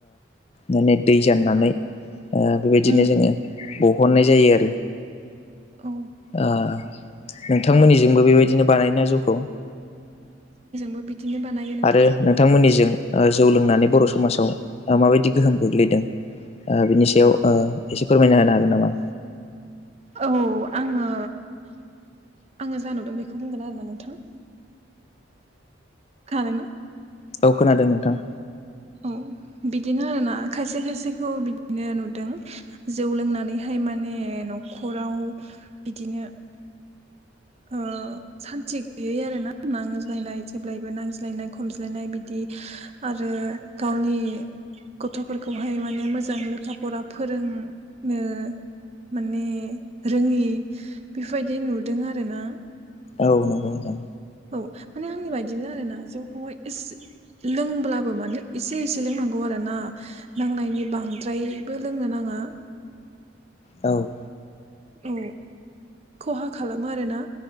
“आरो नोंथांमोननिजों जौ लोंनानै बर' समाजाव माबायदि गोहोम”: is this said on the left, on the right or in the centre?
Left